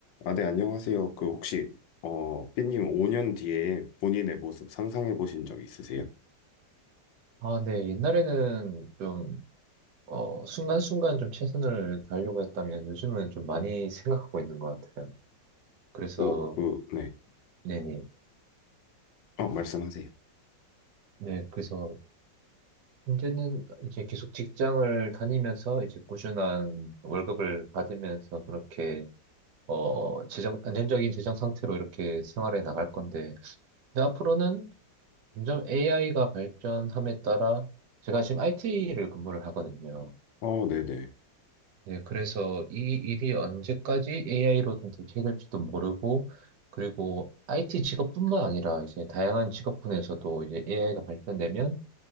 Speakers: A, on the left (about 85°); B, on the right (about 70°).
A: 아, 네, 안녕하세요. 그 혹시 어, 삐님 5년 뒤에 본인의 모습 상상해 보신 적 있으세요?
B: 아, 네. 옛날에는 좀, 어, 순간순간 좀 최선을 다하려고 했다면 요즘은 좀 많이 생각하고 있는 것 같아요. 그래서,
A: 오, 그, 네.
B: 네네.
A: 어, 말씀하세요.
B: 네. 그래서 이제는 이제 계속 직장을 다니면서 이제 꾸준한 월급을 받으면서 그렇게, 어, 재정, 안정적인 재정 상태로 이렇게 생활해 나갈 건데, 근데 앞으로는 점점 AI가 발전함에 따라 제가 지금 IT를 근무를 하거든요.
A: 어, 네네. 네.
B: 네, 그래서 이 일이 언제까지 AI로 좀 대체될지도 모르고, 그리고 IT 직업뿐만 아니라 이제 다양한 직업군에서도 이제 AI가 발전되면